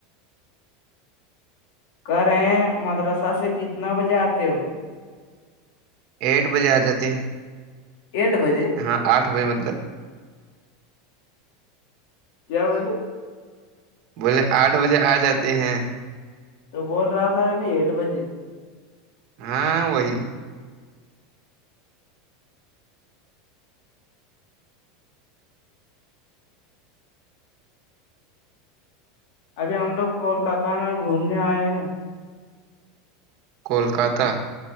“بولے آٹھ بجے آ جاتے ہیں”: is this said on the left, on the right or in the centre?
Right